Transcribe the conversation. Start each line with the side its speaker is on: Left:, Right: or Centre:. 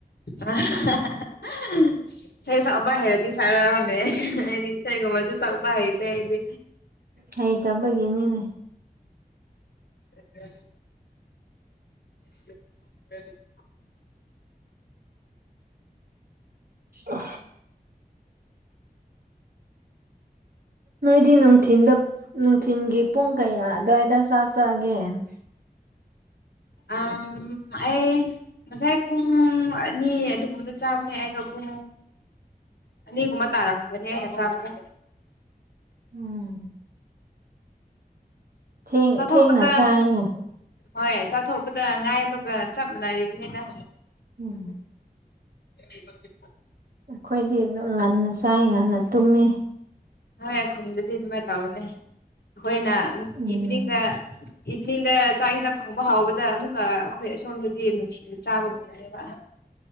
Left: ꯑꯍꯥ ꯍꯥ ꯑꯍꯥ ꯑꯍꯥ ꯏꯁꯩ ꯁꯛꯄ ꯍꯩꯔꯗꯤ ꯁꯛꯔꫭꯅꯦ ꯑꯩꯗꯤ ꯏꯁꯩꯒꯨꯝꯕꯁꯨ ꯁꯛꯄ ꯍꯩꯇꯦ ꯑꯩꯗꯤ
Right: ꯍꯩꯇꯕꯒꯤꯅꯤꯅꯦ
Left: <unintelligible> <unintelligible>
Right: ꯑ <unintelligible> ꯅꯣꯏꯗꯤ ꯅꯨꯡꯊꯤꯟꯗ ꯅꯨꯡꯊꯤꯟꯒꯤ ꯄꯨꯡ ꯀꯌꯥ ꯑ꯭ꯗꯥꯏꯗ ꯆꯥꯛ ꯆꯥꯒꯦ <unintelligible>
Left: ꯑꯪ ꯑꯩ ꯉꯁꯥꯏ ꯄꯨꯡ ꯑꯅꯤ ꯑꯗꯨꯒꯨꯝꯕꯗ ꯆꯥꯕꯅꯦ ꯑꯗꯣ ꯄꯨꯡ
Right: <unintelligible> <inaudible>
Left: ꯑꯅꯤꯒꯨꯝꯕ ꯇꯥꯔꯝꯒꯅꯤ ꯑꯩꯅ ꯆꯥꯕꯗ
Right: ꯎꯝ ꯊꯦꯡ
Left: ꯆꯠꯊꯣꯛꯄꯗꯥ
Right: ꯊꯦꯡꯅ ꯆꯥꯏꯅꯦ
Left: ꯍꯣꯏ ꯑꯗ ꯉꯥꯏꯕꯒ ꯆꯞ ꯃꯥꯟꯅꯔꯤꯕꯅꯤꯗ
Right: ꯎꯝ
Left: <unintelligible>
Right: ꯑꯩꯈꯣꯏꯗꯤ ꯑꯗꯨꯝ ꯉꯟꯅ ꯆꯥꯏ ꯉꯟꯅ ꯇꯨꯝꯃꯤ
Left: ꯍꯣꯏ ꯈꯨꯟꯗꯗꯤ ꯑꯗꯨꯃꯥꯏ ꯇꯧꯕꯅꯦ ꯑꯩꯈꯣꯏꯅ
Right: ꯎꯝ
Left: ꯏꯕꯤꯅꯤꯡꯒ ꯕꯤꯅꯤꯡꯗ ꯆꯥꯛ ꯏꯟꯖꯥꯡ ꯊꯣꯡꯕ ꯍꯥꯎꯕꯗ ꯑꯃꯨꯛꯀ ꯑꯩꯈꯣꯏ ꯑꯁꯣꯝꯗꯗꯤ ꯅꯨꯡꯊꯤ ꯆꯥꯕ ꯒꯨꯝꯕꯅꯦꯕ